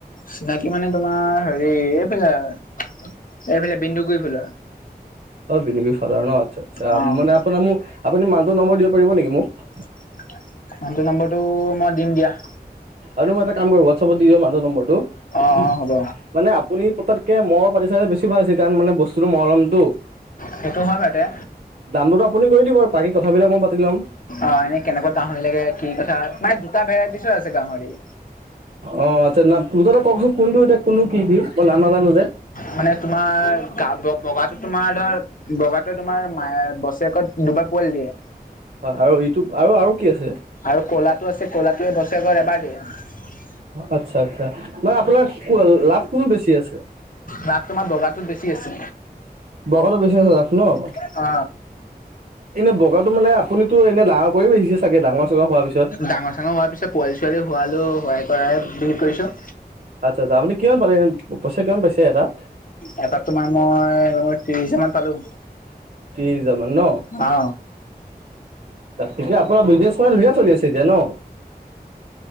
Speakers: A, on the left; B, on the right.
A: চিনাকি মানে তোমাৰ, হেৰি এইফালে এইফালে বিন্দুগুৰি ফালে।
B: অ', বিন্দুগুৰি ফালে ন' আচ্ছা আচ্ছা,
A: অ'।
B: মানে আপোনাৰ মোক আপুনি মানুহটোৰ নম্বৰ দিব পাৰিব নিকি মোক?
A: মানুহটোৰ নম্বৰটো মই দিম দিয়া।
B: আৰু এটা কাম কৰিব হোৱাটছেপত দি দিব মানুহজৰ নম্বৰটো লো,
A: অ', অ', হ'ব
B: মানে আপুনি পতাত কে মই পাতি চালে বেছি ভাল আছিলে কাৰণ মানে বস্তুটো মই ল'মটো।
A: সেইটো হয় বাৰু তে
B: দামটো তো আপুনি কৰি দিব, বাকী কথাবিলাক মই পাতি ল'ম।
A: অ', এনে কেনেকুৱা গাহৰি লাগে কি কথা, মানে দুটা ভেৰাইটিছৰ আছে গাহৰি।
B: অঁ আচ্ছা। তোৰ ত তা'ত কোনটো এতিয়া কোনটো কি' কি' মই নাজানো যে?
A: মানে তোমাৰ গা বগাটো তোমাৰ ধৰ বগাটো তোমাৰ মাহে বছেৰেক'ত দুবাৰ পোৱালি দিয়ে।
B: হয়, আৰু ইটো আৰু আৰু কি আছে
A: আৰু কলাটো আছে কলাটো বছৰেক'ত এবাৰ দিয়ে।
B: আচ্ছা আচ্ছা। মানে আপোনাৰ লাভ কোনটো বেছি আছে?
A: লাভ তোমাৰ বগাটোত বেছি আছে।
B: বগাটো বেছি আছে লাভ ন'।
A: অ
B: এনেই বগাটো মানে আপুনিটো এনেই ডাঙৰ কৰি পাইছে চাগে ডাঙৰ। চাঙৰ হোৱাৰ পিছত
A: ডাঙৰ চাঙৰ হোৱাৰ পিছত পোৱালি ছোৱালী হোৱা লৈকে হোৱাই কৰাই বিক্ৰি কৰিছো।
B: আচ্ছা আচ্ছা। আপুনি কিমান পালে পইচা কিমান পাইছে? এটাত
A: এটাত তোমাৰ মই ত্ৰিশ হাজাৰ মান পালো।
B: ত্ৰিশ হাজাৰ মান ন'।
A: অ
B: ঠিকেই আপোনাৰ বিজনেছখন ধুনিয়া চলি আছে এতিয়া ন'।